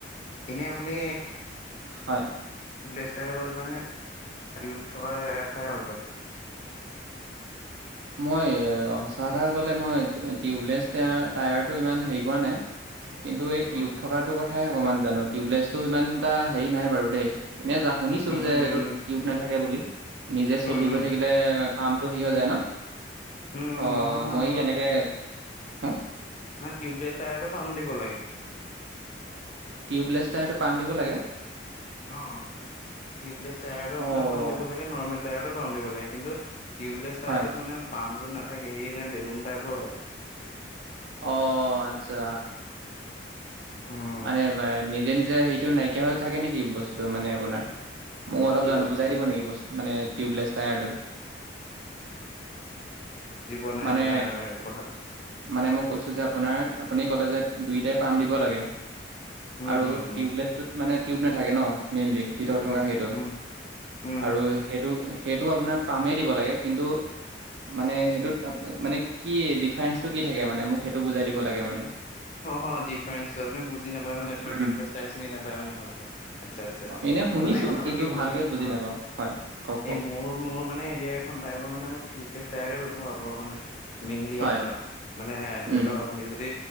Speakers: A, on the left; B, on the right.
A: এনেই আপুনি
B: হয়।
A: প্লেছাই ভাল পায় নে টিউব থকাৰ এটাই ভাল পায়?
B: মই সঁচা কথা ক'লে মই টিউবলেছ টাৰ টায়াৰটো ইমান হেৰি কৰা নাই।
A: <unintelligible>
B: কিন্তু এই
A: উম,
B: টিউব থকাটো কথায়ে অকণমান জানো টিউবলেছটো ইমান এটা হেৰি নাই বাৰু দেই। এনে শুনিছো
A: উম,
B: যে
A: উম, উম,
B: এইটো টিউব নাথাকে বুলি নিজে চলি
A: উম, উম,
B: গৈ থাকিলে পামটো হেৰি হৈ যায় ন,
A: উম,
B: অ',
A: নহয়, নহয়,
B: মই
A: নহয়।
B: এনেকে সম্
A: নহয় টিউবলেছ টায়াৰটো পাম দিব লাগে।
B: টিউবলেছ তাইয়াৰত টো পাম দিব লাগে।
A: অ', টিউবলেছ টায়াৰটো আপোনাৰ
B: অঁ
A: পাম দিব লাগে নৰ্মেল টায়াৰো পাম দিব লাগে কিন্তু টিউবলেছ টায়াৰটোত
B: হয়
A: মানে পাম্পটো নাথাকে সে এনে বেলুন টাইপৰ হয়।
B: অ', আচ্ছা।
A: উম।
B: মানে নিজে নিজে সেইটো নাইকিয়া হৈ থাকে নেকি বস্তুটো মানে আপোনাৰ। মোক অলপ
A: কিটো?
B: জ বুজাই দিব নেকি বস্ত মানে টিউবলেছ টায়াৰটো।
A: বুজি পোৱা নাই
B: মানে
A: আপোনাৰ কথাটো।
B: মানে মই কৈছোঁ যে আপোনাৰ আপুনি ক'লে যে দুইটাই পাম দিব লাগে।
A: উম,
B: আৰু
A: উম, উম,
B: টিউবলেছটোত মানে টিউব নাথাকে ন মেইনলি ভিতৰত
A: উম,
B: থকা সেইটো।
A: উম, উম।
B: আৰু সেইটো সেইটো আপোনাৰ পামেই দিব লাগে কিন্তু মানে সেইটোত মানে কি ডিফাৰেঞ্চটো কি থাকে মানে মোক সেইটো বুজাই দিব লাগে মানে।
A: অ ডিফাৰেঞ্চটো আপুনি বুজি নাপায় মানে
B: উম,
A: টিউব লেছ টায়াৰ চিনি নাপায় মানে ভালকে আচ্ছা আচ্ছা।
B: অ', এনে শুনিছোঁ
A: মানে কথাটো
B: কিন্তু
A: কি গম পাইছে
B: ভালকে বুজি
A: অ'
B: নাপাওঁ হয় কওক কওক
A: এই মোৰ মোৰ মানে এতিয়া বাই মানে মই টিউবলেছ টায়াৰে ব্যৱহাৰ কৰো মানে মেইনলি
B: হয়
A: আপোনাৰ মানে ধৰি
B: উম,
A: লওক আপুনি যদি